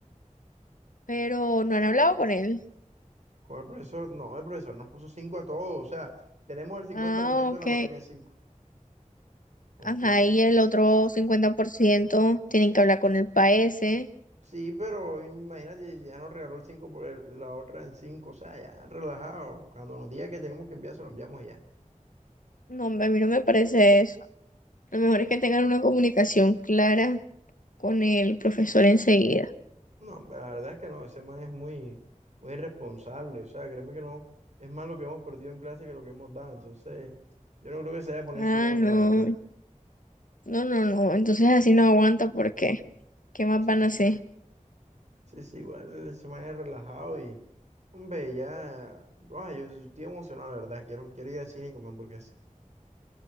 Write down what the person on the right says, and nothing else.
Con el profesor, no, el profesor nos puso 5 a todos, o sea, tenemos el cincuenta
por ciento
de la materia en cinco Aunque
con...
Sí, pero imagínate, ya nos regaló el 5 por el- la otra en cinco o sea, ya relajado. Cuando nos diga que tenemos que enviar, se lo enviamos y ya.
No, hombre, la verdad es que no, ese man es muy, muy irresponsable. O sea, créeme que no, es más lo que hemos perdido en clase que lo que hemos dado. Entonces, yo no creo que se vaya a poner
exigente,
la verdad.
Sí,
sí.
Sí, sí, igual ese man es relajado y, hombre, ya, guau, yo, estoy emocionado, la verdad. Quiero, quiero ir al cine y comer hamburguesa.